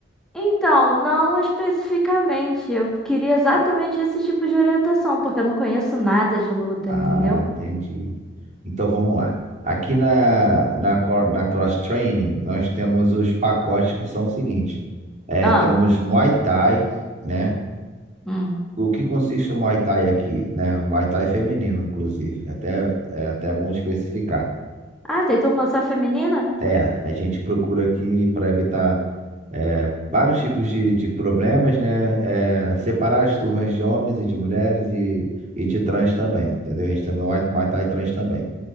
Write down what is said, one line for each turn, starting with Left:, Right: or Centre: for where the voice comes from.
Centre: Então, não especificamente, eu queria exatamente esse tipo de orientação, porque eu não conheço nada de luta,
Right: Ah,
Centre: entendeu?
Right: entendi. Então vamos lá. Aqui na, na, cor- na Cross Training, nós temos os pacotes que são os seguintes. É,
Centre: Ah,
Right: temos Muay Thai, né?
Centre: hum.
Right: O que consiste o Muay Thai aqui, né? O Muay Thai feminino, inclusive. Até, é até bom especificar.
Centre: Ah, tem turma só feminina?
Right: É, a gente procura aqui para evitar é, vários tipos de, de problemas, né? É, separar as turmas de homens e de mulheres e, e de trans também, entendeu? A gente também, Muay Muay Thai trans também.